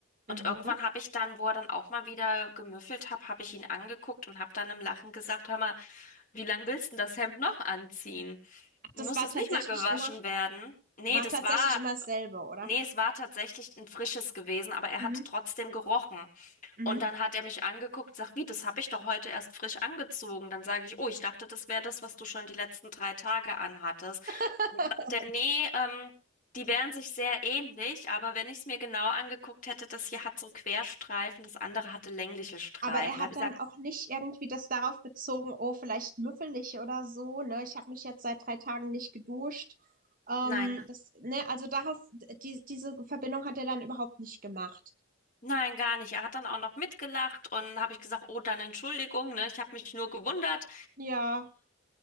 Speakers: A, on the left (about 35°); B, on the right (about 40°).
A: Und
B: Mhm.
A: irgendwann habe ich dann, wo er dann auch mal wieder gemüffelt hat, habe ich ihn angeguckt und habe dann im Lachen gesagt, hör mal, wie lang willst du denn das Hemd noch anziehen? Muss
B: Das war
A: das
B: tatsächlich
A: nicht mal gewaschen
B: immer
A: werden? Nee,
B: war
A: das
B: tatsächlich
A: war,
B: immer dasselbe, oder?
A: nee, es war tatsächlich ein frisches gewesen, aber er
B: Mhm.
A: hat trotzdem gerochen.
B: Mhm.
A: Und dann hat er mich angeguckt, sagt, wie, das habe ich doch heute erst frisch angezogen. Dann sage ich, oh, ich dachte, das wäre das, was du schon die letzten drei Tage anhattest.
B: <laughs>
A: Der, nee, ähm, die wären sich sehr ähnlich, aber wenn ich es mir genau angeguckt hätte, das hier hat so Querstreifen, das andere hatte längliche Streifen.
B: Aber er
A: Da
B: hat
A: habe ich
B: dann
A: gesagt,
B: auch nicht irgendwie das darauf bezogen, oh, vielleicht müffel ich oder so, ne? Ich habe mich jetzt seit drei Tagen nicht geduscht. Ähm,
A: nein,
B: das, ne, also darauf, die, diese Verbindung hat er dann überhaupt nicht gemacht.
A: nein, gar nicht. Er hat dann auch noch mitgelacht und habe ich gesagt, oh, dann Entschuldigung, ne, ich habe mich nur gewundert.
B: Ja,